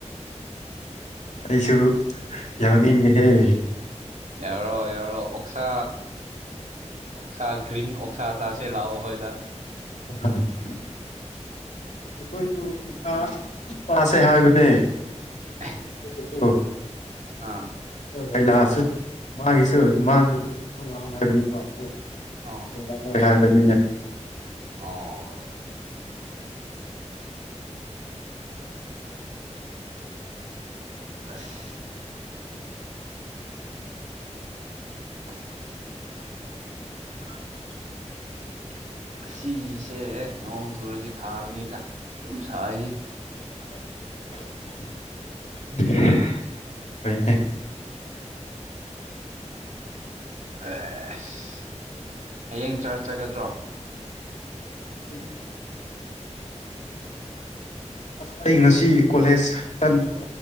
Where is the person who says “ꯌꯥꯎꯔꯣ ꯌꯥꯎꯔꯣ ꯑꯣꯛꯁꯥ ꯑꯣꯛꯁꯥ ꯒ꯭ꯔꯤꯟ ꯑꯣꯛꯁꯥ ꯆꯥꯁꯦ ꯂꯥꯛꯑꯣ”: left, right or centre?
Right